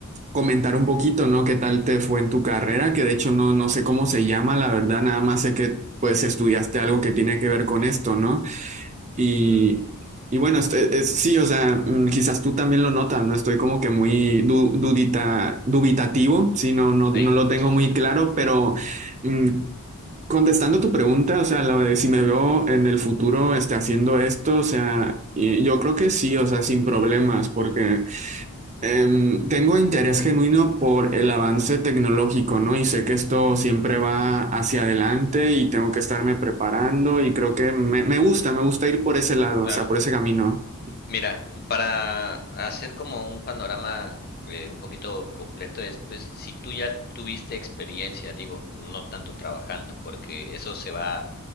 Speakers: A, on the right (about 30°); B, on the left (about 45°).
A: comentar un poquito, ¿no? ¿Qué tal te fue en tu carrera? Que de hecho no, no sé cómo se llama, la verdad, nada más sé que, pues, estudiaste algo que tiene que ver con esto, ¿no? Y,
B: Ujú,
A: y bueno, este, es- sí, o sea, mm, quizás tú también lo notas, ¿no? Estoy como que muy du- dudita, dubitativo, sí, no, no,
B: ahí,
A: no lo tengo
B: sí,
A: muy
B: sí, sí,
A: claro, pero mm, Contestando tu pregunta, o sea, lo de si me veo en el futuro este, haciendo esto, o sea, y- yo creo que sí, o sea, sin problemas, porque em, tengo interés genuino por el avance tecnológico, ¿no? Y sé que esto siempre va hacia adelante y tengo que estarme preparando y creo que me, me gusta, me gusta ir por ese lado,
B: claro.
A: o sea, por ese camino.
B: Mira, para hacer como un panorama eh, un poquito completo es, pues, si tú ya tuviste experiencia, digo, no tanto trabajando, porque eso se va